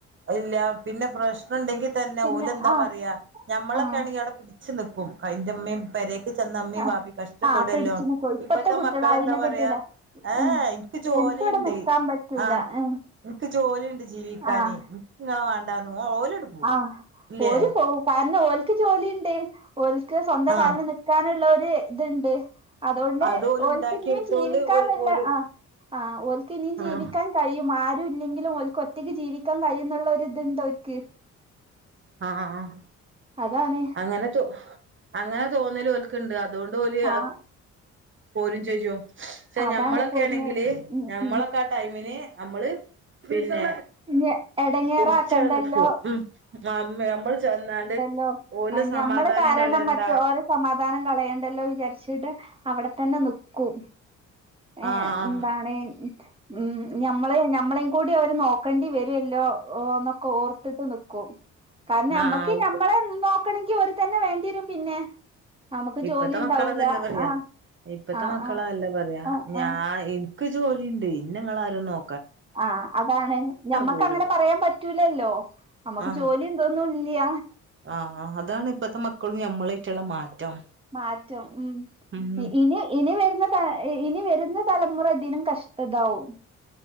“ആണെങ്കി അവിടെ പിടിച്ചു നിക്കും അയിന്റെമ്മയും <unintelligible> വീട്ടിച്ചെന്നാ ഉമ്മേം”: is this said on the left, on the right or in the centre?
Right